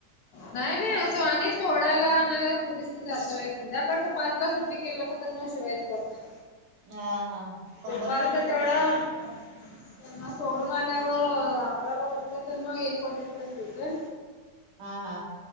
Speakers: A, on the left; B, on the right.
A: नाही नाही असो आणि सोडायला आणायला पोरीसली जातोय संध्याकाळच पाचला सुट्टी केलं का तर म <unintelligible> शिवाय तर होत नाही.
B: हा हा कंबर
A: दुपारच
B: तेन दुखत
A: तेवढा
B: असेल की
A: तेव्हा सोडून आल्यावर अकराला बसलं तर मग एक वाजे पर्यंत शिवतोय
B: हा हा